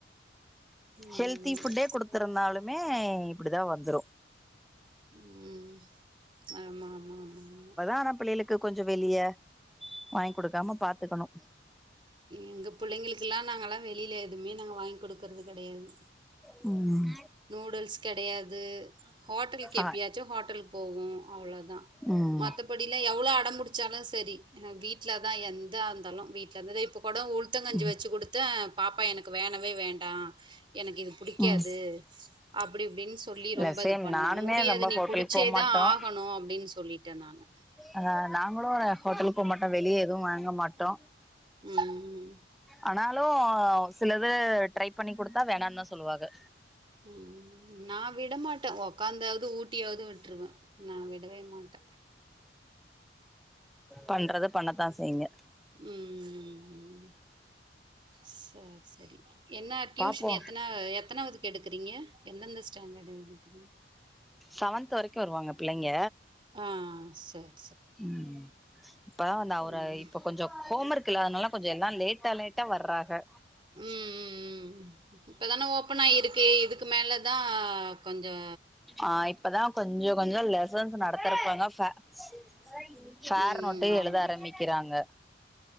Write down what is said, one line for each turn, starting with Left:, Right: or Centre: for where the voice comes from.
Right: ம்
Centre: ஹெல்தி ஃபுட்டே குடுத் த்துருந்தாலுமே இப்படிதா வந்துரு
Right: ம் ஆமா ஆமா ஆமா ஆமா
Centre: ஆன பிள்ளைளுக் க்கு கொஞ்சோ வெளிய வாங்கி குடுக்காம பாத்துக்கணு
Right: எங்க புள்ளைங்களுக்குல்லா நாங்கல்லா வெளில எதுமே நாங்க வாங்கி் குடுக்கறது கெடையாது
Centre: ம்
Right: நூடுல்ஸ் கெடையாது ஹோட்டல்க்கு
Centre: ஆ
Right: எப்பயாச்சு ஹோட்டலக் போவோ அவ்ளதா
Centre: ம்
Right: மத்தபடிலா எவ்ளோ அடம் புடிச்சாலு செரி வீட்ல தா எந்தா இருந்தாலு வீட்ல தே இப்போ கூட உளுத்தங்கஞ்சி
Centre: ம்
Right: வெச்சு குடுத் த பாப்பா எனக்கு வேணவே வேண்டா எனக்கு இது புடிக்காது
Centre: ம்
Right: அப்டி இப்டின் சொல்லி
Centre: இல்ல
Right: ரொம்ப
Centre: சேம்
Right: இது பண்ணா
Centre: நானுமே
Right: முடியாது
Centre: ரொம்ப
Right: நீ
Centre: ஹோட்டலுக்கு
Right: குடிச்சேதா
Centre: போமாட்டோ
Right: ஆகணு அப்டின் சொல்லிட்ட நானு
Centre: ஆஹா நாங்களு ஹோட்டலுக்கு போ மாட்டோ வெளிய எதூ வாங்க மாட்டோ
Right: ம்
Centre: ஆனாலு சிலது ட்ரை பண்ணிக் குடுத்தா வேணான்தா சொல்லுவாஹா
Right: ம் நா விடமாட்ட ஒக்காந்தாவது ஊட்டியாவது விட்ருவ நா விடவே மாட்ட
Centre: பண்றத பண்ணத்தா செய்ங்க
Right: ம் ம் ம் ம் செர் செரி என்ன டியூஷன்
Centre: பாப்போ
Right: எத்தன எத்தனாவதுக்கு எடுக்கறிங்க எந்தெந்த ஸ்டாண்டர்டு எடுக்கிறீங்க
Centre: சவன்த்து வரைக்கு வருவாங்க பிள்ளைங்க
Right: ஆ செர்
Centre: ம் இப்ப அந்த அவர
Right: ம்
Centre: இப்ப கொஞ்சோ ஹோம் ஒர்க் இல்லாதனால கொஞ்சோ எல்லா லேட்டா லேட்டா வர்றாஹா
Right: ம் ம் ம் இப்பதான ஓப்பனாயிருக்கு இதுக்கு மேல தா கொஞ்சோ
Centre: ஆ இப்பதா கொஞ்ச கொஞ்சோ லெசன்ஸ் நடத்தரப்பாங்க பேக்ஸ ஃபேர்
Right: ம்
Centre: நோட்டே
Right: ஆமா
Centre: எழுத ஆரம்பிக்கறாங்க